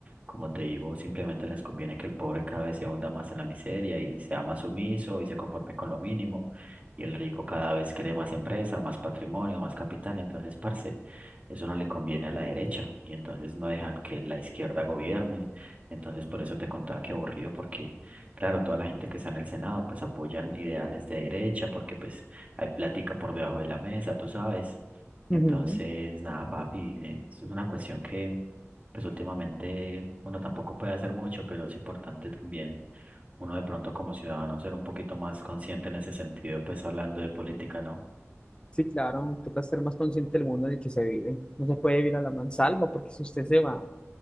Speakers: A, on the right; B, on the left.
A: Como te digo, simplemente les conviene que el pobre cada vez se hunda más en la miseria y sea más sumiso y se conforme con lo mínimo. Y el rico cada vez cree más empresa, más patrimonio, más capital. Entonces, parce, eso no le conviene a la derecha. Y entonces no dejan que la izquierda gobierne. Entonces, por eso te contaba que aburrido, porque Claro, toda la gente que está en el Senado pues apoyan ideales de derecha porque pues hay plática por debajo de la mesa, tú sabes.
B: ujú.
A: Entonces, nada, papi, eh, eso es una cuestión que pues últimamente uno tampoco puede hacer mucho, pero es importante también uno de pronto como ciudadano ser un poquito más consciente en ese sentido, pues hablando de política, ¿no?
B: Sí, claro, toca ser más consciente del mundo en el que se vive. No se puede vivir a la mansalva porque si usted se va